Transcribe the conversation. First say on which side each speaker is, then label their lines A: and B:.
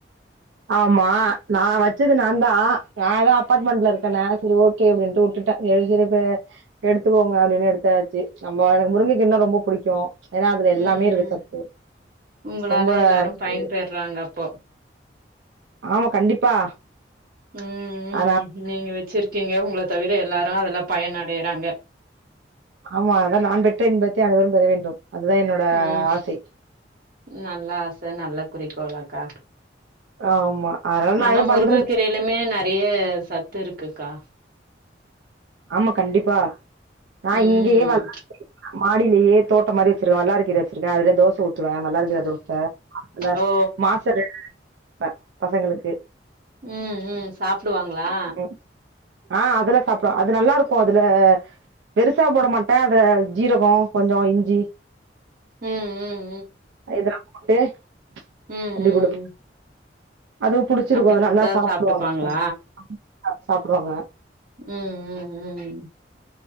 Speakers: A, on the right; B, on the right.
A: ஆமா நா வச்சது நாந்தா நா தா அபார்ட்மண்ட்ல இருக் நான் செரி ஓகே அப்டின்ட்டு உட்டுட்ட <unintelligible> எடுத்துகோங்க அப்டின்னு எடுத்தாச்சு நம்மொ எனக்கு மு ருங்க்கீர்ன்னா ரொம்பொ புடிக்கு ஏன்னா அதுல எல்லாமே
B: ம்
A: இருக்கு
B: ம்
A: சத்து
B: உங்களால
A: ரொம்ப
B: எல்லாரும்
A: இருக்கு
B: பயன்பெறாங்க அப்போ
A: ஆமா கண்டிப்பா
B: ம்
A: ஆனா
B: நீங்க வெச்சிருக்கீங்க உங்கள தவிர எல்லாரு அதுல பயன் அடையுறாங்க
A: ஆமா அதா நான் பெற்ற இன்பத்தை அனைவரும் பெற வேண்டும் அதுதா என்னோட
B: ம்
A: ஆசை
B: நல்ல ஆச நல்ல குறிக்கோல் அக்கா
A: ஆமா அதனால நா
B: ஆனா
A: எதுவு
B: முருங்கக்கீரைலிமே
A: பண்றது
B: நறைய சத்துருக்குக்கா
A: ஆமா கண்டிப்பா நா
B: ம்
A: இங்கயே <unintelligible> மாடி ஏ தோட்டம் மாரி வெச்சிரு வல்லாக்கீற வெச்சிருக்கன் அதுலே தோச தூத்துவே வல்லாரக்கீற தோச மாவுல
B: ஓ ஓ
A: மாச <inaudible> பசங்களுக்கு
B: ம் ம் சாப்டுவாங்களா
A: ம் ஆ அதுலா சாப்டுவா அது நல்லாருக்கு அதுல பெருசா போட மாட்ட அத ஜீரகோ கொஞ்சொ இஞ்சி
B: ம் ம்
A: எத <inaudible>
B: ம் ம்
A: அப்டி குடுக்
B: ம்
A: அதுவு புடிச்சிருக்கு
B: அப்டி
A: அது
B: குடுத்தா
A: நல்லா சாப்டுவாங்க
B: சாப்ட்டுப்பாங்களா
A: <inaudible> சாப்டுவாங்க
B: ம் ம் ம்